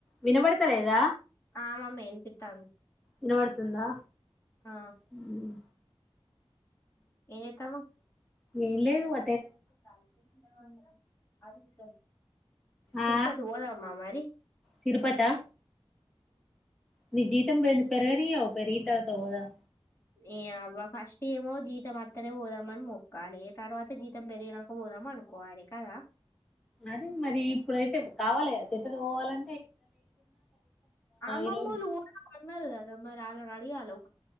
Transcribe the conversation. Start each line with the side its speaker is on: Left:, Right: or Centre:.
Centre: వినబడతలేదా?
Left: ఆ మమ్మీ వినిపిత్తాంది
Centre: వినబడుతుందా?
Left: ఆ
Centre: మ్
Left: ఏం చేత్తాన్నవ్
Centre: ఏం లేదు వ
Left: అ అంద అదిగు
Centre: ఆ
Left: తిరుపతి పోదామా మరి
Centre: తిరుపతా నీ జీతం పె పెర్గనీయావ్ పెరిగిన్ తర్వాత పోదాం
Left: ఏ అవ్వ ఫస్ట్ ఏమో జీతం అత్తనే పోదాం అన్ మొక్కాలే తర్వాత జీతం పెరిగినాక పోదాం మన్కోలే కాదా
Centre: అరే మరి ఇప్పుడైతే కావాలెగా తిరుపతి పోవాలం
Left: అమ్మమ్మోళ్ళు
Centre: ఇరవై
Left: పోదాం అన్నరు కదా మరి ఆళ్ళని అడగాలె ఒక